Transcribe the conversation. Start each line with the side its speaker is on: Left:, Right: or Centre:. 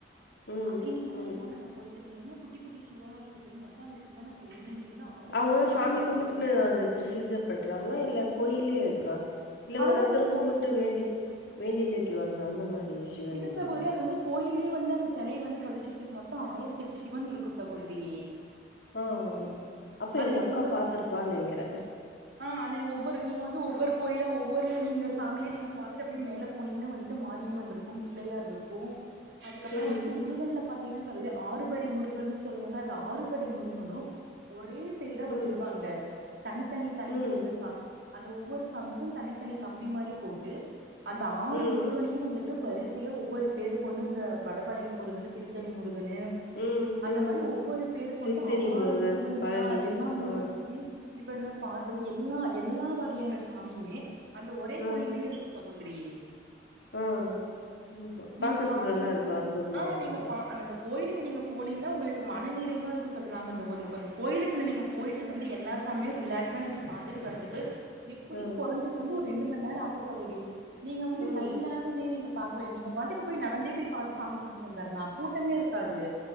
Left: ம்.
Right: அப்டியே நீங்க
Left: ம்.
Right: லைனா நீங்க போயிட்டு ட்டு இருந்தீங்கன்னா குட்டி குட்டி சிவனா இருக்கும் சேரி மொத்தோ அந்த சிவன எண்ணுனீங்கன்னா ஆயிரத்தெட்டு
Left: அவுங்கல்லா சாமி
Right: சிவன் இருக்கு
Left: கும்புட்டுன்னு
Right: சகோதரி
Left: அது பிரசிஜர் பண்றாங்களா இல்ல கோயில்லயே இருக்கா இல்ல
Right: அதெல்லா
Left: ஒரு ஒருத்தர்
Right: வந்து கோ
Left: கும்புட்டு வேண்டி வேண்டி நிக்கிவாங்ள அந்த மாரி சிவன்னா?
Right: இல்ல சகோதரி அது வந்து கோயில்லயே வந்து அந்த செலய வந்து பதிச்சு வெச்சுருக்கு மொத்தோ ஆயிரத்தி எட்டு சிவன்ருக்கு சகோதரி
Left: ஆ ஆ ஆ அப்ப
Right: அது
Left: எங்க
Right: நீங்க
Left: அக்கா
Right: ஒவ்வொரு
Left: பாத்துருப்பான்னு நெனைக்கற
Right: ஆ அது ஒவ்வொரு நீங்க வந்து ஒவ்வொரு கோயிலா ஒவ்வொரு நீங்க சாமிய நீங்க பாத்துட்டு அப்டியே மேல போனீங்ன்னா வந்துட்டு மாரியம்மன் இருக்கும் பிள்ளையார் இருக்கு அதுக்கப்றோ
Left: ம்.
Right: வந்துட்டு முருகன்ல பாத்தீங்கன்னா சகோதரி ஆறுபடை முருகன்னு சொல்லுவாங்க அந்த ஆறுபடை முருகனு ஒரே சைடா வச்சிருப்பாங்க
Left: ம்.
Right: தனித்தனி தனித்தனி
Left: ம்.
Right: இந்த சா அந்த ஒவ்வொரு சாமிக்கு தனித்தனி கம்பி மாரி போட்டு அந்த ஆறு
Left: ம்.
Right: முருகனையு வந்து ட்டு வரிசையா ஒவ்வொரு பேரு கொண்டு இந்த வடபழனி முருகன்னு திருத்தணி முருகனு
Left: ம்
Right: அந்த
Left: ம்
Right: மாரி ஒவ்வொரு பேரு கொண்ட
Left: திருத்தணி
Right: ஆறு
Left: முருகன்
Right: முருகனும்
Left: பழனி
Right: ஆ எல்லா முரு
Left: ஆ
Right: எ ம் சிவனு பார்வதி எல்லா எல்லா வகையான சாமியுமே அந்த ஒரே
Left: ஆ
Right: கோயிலயே இருக்கு சகோதரி
Left: ஆ ம்
Right: நீங்க
Left: பாக்கறதுக்கு
Right: பாத்தீங்ன்ன
Left: நல்லா இருக்கு அற்புதமா
Right: ஆ
Left: இருக்குல்ல
Right: நீங்க பா அந்தந்த கோயிலுக்கு நீங்க போனீங்கன்னா உங்களுக்கு மன நிறைவா இருக்கு சகோதரி நாங்க அந்த அந்தந்த கோயிலுக்குள்ள நீங்க போயிட்டு வந்து எல்லா சமியு ரிலாக்ஸ் இத்தனயு நீங்க பாத்துட்டு வர்துக்கே எப்டியு
Left: ஆ
Right: கொறஞ்சது வந்து ஒரு ரெண்டு மணி நேரோ ஆகு சகோதரி நீங்க வந்து
Left: ம்
Right: லைனா ஒண்ணே நீங்க பாக்வே நீங்க பாட்டுக்கு போய் நடந்தே போய் பாத்து சாமி கூம்புட்டு வந்தர்ல கூட்டமே இருக்காது